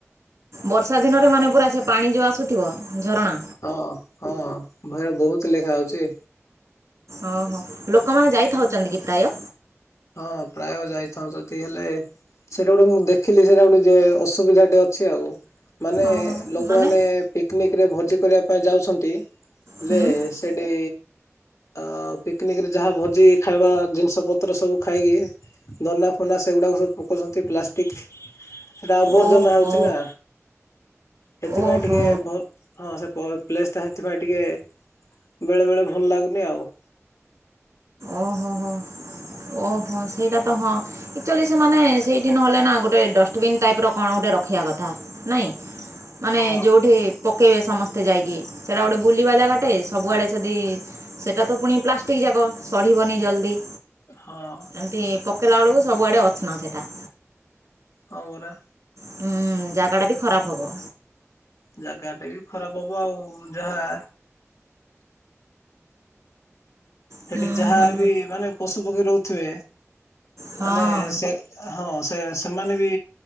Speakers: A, on the right; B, on the left.
A: ବର୍ଷା ଦିନରେ ମାନେ ପୁରା ସେ ପାଣି ଯୋଉ ଆସୁଥିବ ଝରଣା।
B: ହଁ ହଁ ଭାଇ ର ବୋହୁତ ଲେଖା ଆଉଚି।
A: ଓହୋ ଲୋକମାନେ ଯାଇଥାଉଛନ୍ତି କି ପ୍ରାୟ।
B: ହଁ ପ୍ରାୟ ଯାଇଥାଉଚନ୍ତି ହେଲେ। ସେଟା ଗୋଟେ ମୁଁ ଦେଖିଲି ସେଟା ଗୋଟେ ଯେ ଅସୁବିଧା ଟେ ଅଛି ଆଉ ମାନେ
A: ଓହୋ
B: ଲୋକମାନେ
A: ମାନେ
B: ପିକନିକ୍ ରେ ଭୋଜି କରିବା ପାଇଁ ଯାଉଛନ୍ତି ହେଲେ
A: ହୁଁ
B: ସେଇଠି ଆ ପିକନିକ୍ ରେ ଯାହା ଭୋଜି ଖାଇବା ଜିନିଷ ପତ୍ର ସବୁ ଖାଇକି ଦନା ଫନା ସେଗୁଡ଼ାକ ସବୁ ପକାଉଛନ୍ତି ପ୍ଲାଷ୍ଟିକ୍ ସେଇଟା ଆବର୍ଜନା
A: ଓହୋ
B: ହୋଉଚି ନା। ସେଥିପାଇଁ
A: ଓହୋ
B: ଟିକେ ଭ ହଁ ପ୍ଳ ପ୍ଲେସ୍ ଟା ସେଥିପାଇଁ ଟିକେ ବେଳେ ବେଳେ ଭଲ ଲାଗୁନି ଆଉ।
A: ଓହୋ ହୋ ହୋ। ଓହୋ ସେଇଟା ତ ହଁ। ଆକୁଚୁଆଲି ସେମାନେ ସେଇଠି ନେଲେନା ଗୋଟେ ଡଷ୍ଟପିନ୍ ଟାଇପିର କଣ ଗୋଟେ ରଖିବା କଥା ନାଇଁ। ମାନେ
B: ହଁ
A: ଯୋଉଠି ପକେଇବେ ସମସ୍ତେ ଯାଇକି ସେଇଟା ଗୋଟେ ବୁଲିବା ଜାଗା ଟେ ସବୁଆଡ଼େ ଯଦି ସେଟା ତ ପୁଣି ପ୍ଲାଷ୍ଟିକ୍ ଯାକ ସଢିବନି ଜଲ୍ଦି।
B: ହଁ।
A: ଏମିତି ପକେଇଲା ବେଳକୁ ସବୁଆଡ଼େ ଅସନା ସେଇଟା।
B: ହଁ ପରା।
A: ହୁଁ ଜାଗା ଟା ବି ଖରାପ୍ ହବ।
B: ଜାଗା ଟା ବି ଖରାପ ହବ ଆଉ ଯାହା ସେଠି
A: ହୁଁ
B: ଯାହା
A: ହୁଁ
B: ବି
A: ହୁଁ
B: ମାନେ ପଶୁ, ପକ୍ଷୀ ରହୁଥିବେ
A: ହଁ
B: ମାନେ ସେ ହଁ ସେଇଆ ସେମାନେ ବି